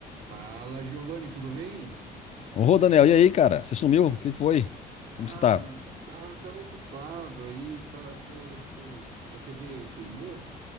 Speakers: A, on the right (about 75°); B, on the left (about 40°).
A: Fala, Giovanni, tudo bem?
B: Ô, Daniel, e aí, cara? Você sumiu? O que que foi?
A: Ah,
B: Como você tá?
A: mano, tava, tava ocupado aí, tava, tô, tô, a TV queimou